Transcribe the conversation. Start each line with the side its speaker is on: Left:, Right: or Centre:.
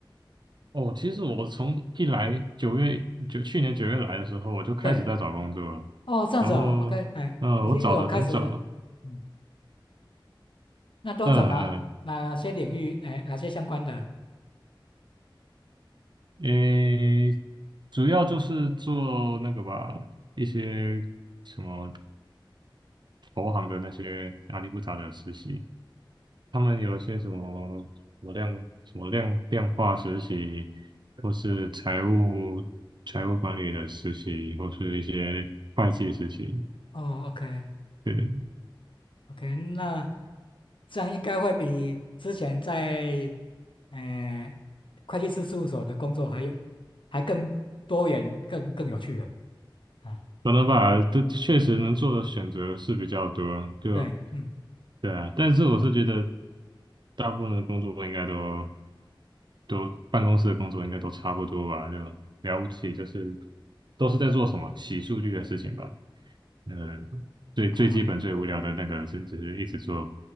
Right: 哦，其实我从一来九月九去年九月来的时候，我就开始在找工作了。
Left: 对，哦，这样子哦，OK，
Right: 然后，
Left: 哎，
Right: 呃，
Left: 已经有开始，
Right: 我找的很早，
Left: 嗯，那都找哪哪些领域，
Right: 嗯
Left: 哎，哪些相关的？
Right: 嗯，诶，主要就是做那个吧，一些什么投行的那些阿里不达的实习，他们有一些什么什么量什么量量化实习，或是财务财务管理的实习，或是一些会计实习。
Left: 哦，OK。
Right: 对，
Left: OK，那这样应该会比之前在呃会计师事务所的工作还有还更多元、更更有趣了啊。
Right: 可能吧，这这确实能做的选择是比较多，就
Left: 对，嗯，
Right: 对啊。但是我是觉得，大部分的工作应该都都办公室的工作应该都差不多吧，就了不起就是都是在做什么洗数据的事情吧。呃，最最基本最无聊的那个是，
Left: 哦
Right: 甚至是一直做